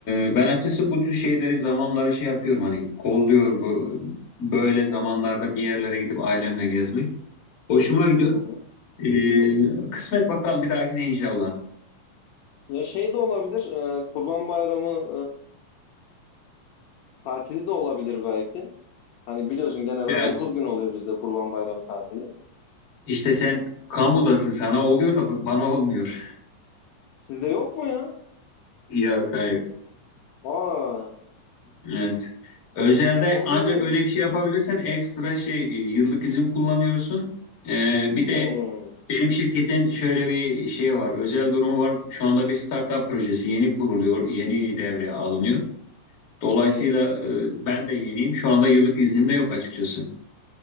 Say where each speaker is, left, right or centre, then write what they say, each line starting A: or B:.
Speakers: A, on the left; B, on the left.
A: E, ben açıkçası bu tür şeyleri zamanları şey yapıyorum hani kolluyorum bu, böyle zamanlarda bir yerlere gidip ailemle gezmek. Hoşuma gidiyor.
B: Hı hı.
A: E,
B: Hı.
A: kısmet bakalım bir dahakine inşallah.
B: Ya şey de olabilir, e, Kurban Bayramı e, tatili de olabilir belki. Hani biliyorsun genelde
A: Evet.
B: 9 gün oluyor bizde Kurban Bayramı tatili.
A: İşte sen kamudasın sana oluyor da bana olmuyor.
B: Sizde yok mu ya?
A: Yok hayır.
B: Aa.
A: Evet. Özelde
B: O- Onu
A: ancak
B: bilmiyordum.
A: öyle bir şey yapabilirsen ekstra şey e, yıllık izin kullanıyorsun. Ee, bir de
B: Hmm,
A: benim şirketin şöyle bir şey var. Özel durumu var. Şu anda bir startup projesi yeni kuruluyor. Yeni devreye alınıyor. Dolayısıyla
B: hmm,
A: e, ben de yeniyim. Şu anda yıllık iznim de yok açıkçası.